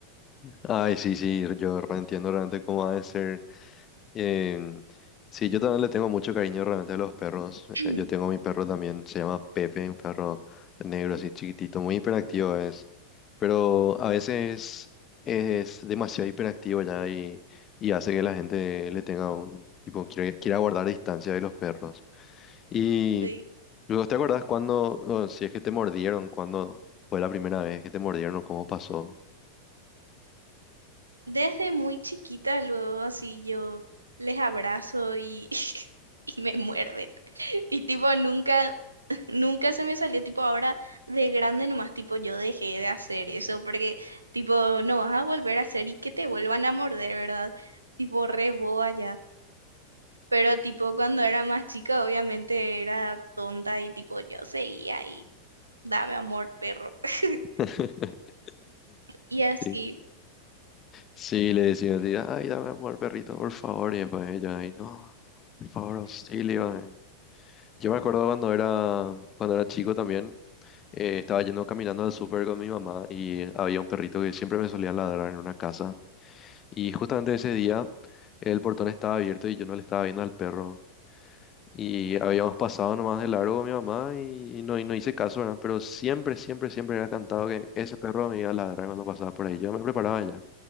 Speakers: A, on the left (about 30°); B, on the right (about 80°).
A: Ay, sí, sí, yo reentiendo realmente cómo ha de ser. Em, sí, yo también le tengo mucho cariño realmente a los perros.
B: <clears throat>
A: Eh, yo tengo mi perro también, se llama Pepe, un perro negro así chiquitito, muy hiperactivo es. Pero a veces es demasiado hiperactivo ya y, y hace que la gente le tenga un tipo, quiera, quiera guardar distancia de los perros. Y
B: Sí.
A: luego, ¿te acordás cuando, o si es que te mordieron, cuando fue la primera vez que te mordieron o cómo pasó?
B: Desde muy chiquita, luego así yo les abrazo y, <laughs> y me muerden. <laughs> Y tipo, nunca, nunca se me salió, tipo, ahora de grande nomás, tipo, yo dejé de hacer eso, porque tipo, no vas a volver a hacer y que te vuelvan a morder, ¿verdad? Tipo, re boba ya. Pero tipo, cuando era más chica, obviamente era tonta y tipo, yo seguía y dame amor, perro. <laughs>
A: <laughs>
B: Y así.
A: Sí. Sí, le decía así, ay, dame amor, perrito, por favor. Y después ella, ay, no, por favor, auxilio. eh". Yo me acuerdo cuando era, cuando era chico también, eh, estaba yendo caminando al súper con mi mamá y había un perrito que siempre me solía ladrar en una casa. Y justamente ese día el portón estaba abierto y yo no le estaba viendo al perro. Y habíamos pasado nomás de largo con mi mamá y no, y no hice caso, ¿verdad? Pero siempre, siempre, siempre era cantado que ese perro me iba a ladrar cuando pasaba por ahí. Yo me preparaba ya.